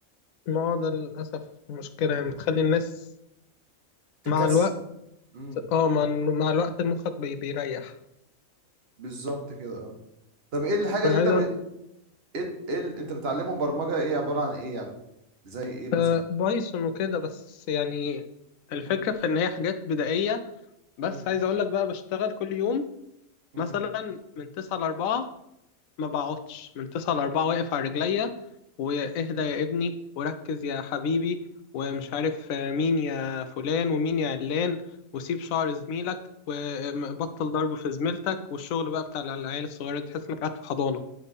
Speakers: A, on the left; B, on the right.
A: ما هو ده للأسف مشكلة يعني بتخلي الناس
B: تكسل
A: مع الوقت
B: امم
A: اه مع مع الوقت مخك بي- بيريح
B: بالظبط كده اه طب ايه الحاجة
A: انا
B: اللي انت
A: عايز
B: ب...
A: اقول
B: ايه, إيه اللي انت بتعلمهم برمجة ايه عبارة عن ايه يعني زي ايه مثلا
A: آه، بايثون وكده بس يعني الفكرة
B: امم
A: في إن هي حاجات بدائية بس
B: امم
A: عايز أقول لك بقى بشتغل كل يوم
B: امم
A: مثلا من تسعة لأربعة ما بقعدش من تسعة لأربعة واقف على رجليا وإهدى يا ابني وركز يا حبيبي ومش
B: امم
A: عارف آه، مين يا فلان ومين يا علان وسيب شعر زميلك وبطل ضرب في زميلتك والشغل بقى بتاع العيال الصغيرة دي، تحس إنك قاعد في حضانة